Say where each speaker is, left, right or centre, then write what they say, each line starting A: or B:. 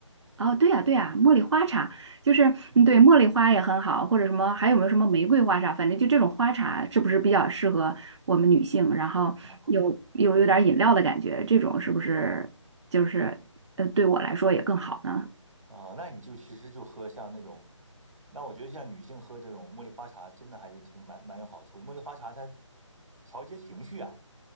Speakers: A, on the right; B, on the right.
A: 哦，对呀，对呀，茉莉花茶就是嗯，
B: 嗯
A: 对，茉莉花也很好，或者什么，还有没有什么玫瑰花茶？反正就这种花茶是不是比较适合我们女性？然后有有有点饮料的感觉，
B: 啊。
A: 这种是不是就是呃对我来说也更好呢？
B: 啊、那你就其实就喝像那种，那我觉得像女性喝这种茉莉花茶，真的还是挺蛮蛮有好处的。茉莉花茶它调节情绪啊，